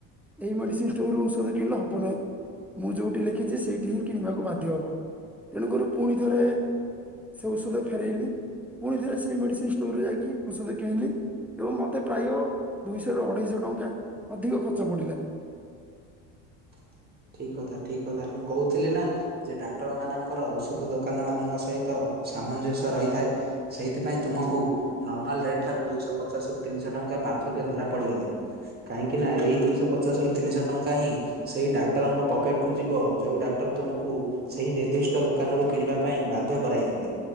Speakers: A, in the centre; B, on the right.
A: ଏହି ମେଡିସିନ୍ ଷ୍ଟୋରରୁ ଔଷଧ କିଣିଲେ ହବ ନାହିଁ। ମୁଁ ଯୋଉଠି ଲେଖିଛି ସେଇଠି ହିଁ କିଣିବାକୁ ବାଧ୍ୟ ହବ ତେଣୁକରି ପୁଣି ଥରେ ସେ ଔଷଧ ଫେରାଇଲି ପୁଣି ଥରେ ସେଇ ମେଡିସିନ ଷ୍ଟୋରରେ ଯାଇକି ଔଷଧ କିଣିଲି। ଏବଂ ମତେ ପ୍ରାୟ ଦୁଇଶହ ରୁ ଅଢେଇଶହ ଟଙ୍କା ଅଧିକ ଖର୍ଚ୍ଚ ପଡିଲା।
B: <inaudible> ଠିକ କଥା ଠିକ କଥା ମୁଁ କହୁଥିଲି ନା ଯେ ଡାକ୍ତର ମାନଙ୍କର ଔଷଧ ଦୋକାନ ମାନଙ୍କ ସହିତ ସାମଞ୍ଜସ୍ୟ ରହିଥାଏ। ସେଇଥିପାଇଁ ତୁମକୁ ନର୍ମାଲ ରେଟ୍ ଠାରୁ ଦୁଇଶ ପଚାଶ ରୁ ତିନିଶ ଟଙ୍କା ପାର୍ଥକ୍ୟ ଧରା ପଡ଼ିଗଲା। କାହିଁକି ନା ଏଇ ଦୁଇଶ ପଚାଶ ରୁ ତିନିଶ ଟଙ୍କା ହିଁ ସେଇ ଡାକ୍ତର ଡାକ୍ତରଙ୍କ ପକେଟ୍ କୁ ଯିବ ଯୋଉ ଡାକ୍ଟର ତୁମକୁ ସେହି ନିର୍ଦ୍ଦିଷ୍ଟ ଦୋକାନରୁ କିଣିବା ପାଇଁ ବାଧ୍ୟ କରାଇଥି ଲେ